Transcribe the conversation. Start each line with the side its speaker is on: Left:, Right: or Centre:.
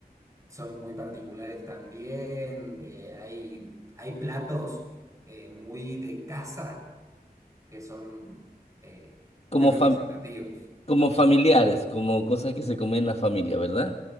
Right: son muy particulares también. eh, hay, hay platos eh, muy de casa que son eh, muy
Left: Como
Right: representativos.
Left: fam- como familiares, como cosas que se comen en la familia, ¿verdad?